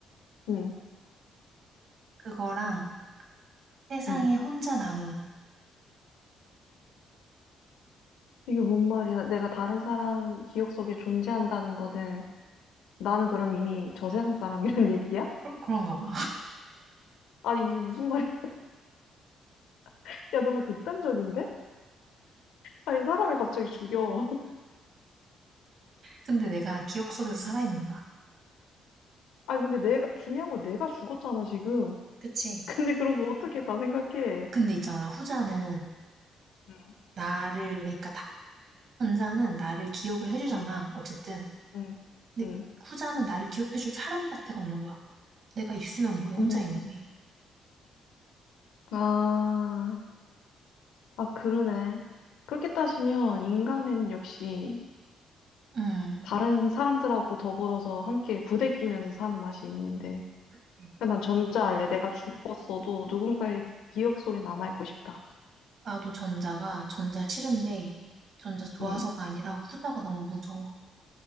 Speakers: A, on the left; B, on the right.
A: 응,
B: 그거랑 세상에
A: 응.
B: 혼자 남음.
A: 이게 뭔 말이야. 내가 다른 사람 기억 속에 존재한다는 거는 나는 그럼 이미 저 세상 사람이란 <laughs> 얘기야?
B: 그런, 그런가 봐.
A: 아니, 이게 무슨 말이야? <laughs> 야, 너무 극단적인데? 아니, 사람을 갑자기 죽여. <laughs>
B: 근데 내가 기억 속에서 살아있는 거야.
A: 아니, 근데 내가, 중요한 건 내가 죽었잖아, 지금.
B: 그치?
A: <laughs> 근데 그런 거 어떻게 다 생각해?
B: 근데 있잖아, 후자는
A: 응,
B: 나를, 그러니까 다, 전자는 나를 기억을 해주잖아,
A: 응,
B: 어쨌든.
A: 응,
B: 근데
A: 응.
B: 후자는 나를 기억해줄 사람 자체가 없는 거야. 내가 있으면 뭐해, 혼자
A: 음,
B: 있는데.
A: 아, 아, 그러네. 그렇게 따지면 인간은 역시
B: 음,
A: 다른 사람들하고 더불어서 함께 부대끼면서 사는 맛이 있는데.
B: 그치.
A: 그난 전자할래. 내가 죽었어도 누군가의 기억 속에 남아있고 싶다.
B: 나도 전자가, 전자 싫은데, 전자 좋아서가
A: 응.
B: 아니라 후자가 너무 무서워.